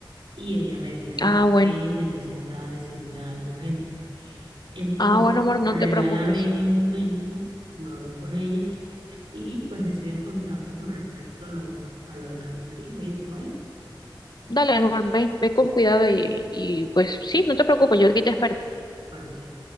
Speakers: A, on the right; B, on the left.
A: y ella me dice
B: Ah, bueno.
A: que necesita decirme algo urgente. Entonces,
B: Ah, bueno, amor,
A: regálame
B: no te preocupes.
A: un momento, yo hablo con ella y pues me sigues contando con respecto a lo, a lo del cateterismo y eso, ¿vale?
B: Dale, amor, ve, ve con cuidado y, y pues sí, no te preocupes, yo aquí te espero.
A: Bueno, sí,